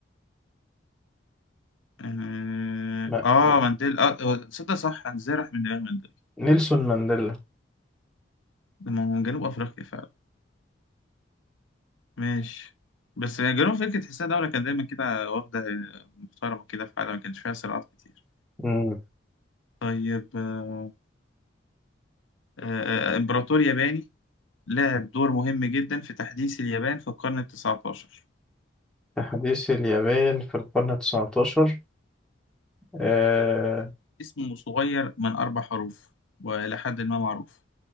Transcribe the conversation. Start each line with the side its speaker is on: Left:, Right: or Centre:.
Left: آه
Centre: ما...
Left: آه،
Centre: ما...
Left: مانديلا آه هو تصدق صح أنا إزاي راح من دماغي مانديلا
Centre: نيلسون مانديلا
Left: ده ما هو من جنوب أفريقيا فعلا ماشي بس يا جنوب أفريقيا تحسها دولة كانت دايما كده واخدة محترمة كده في حالها ما كانش فيها صراعات كتير
Centre: مم.
Left: طيب آه آه آه، آه، إمبراطور ياباني لعب دور مهم جدا في تحديث اليابان في القرن التاسع عشر
Centre: تحديث اليابان في القرن التسعتاشر آه...
Left: اسمه صغير من أربع حروف وإلى حد ما معروف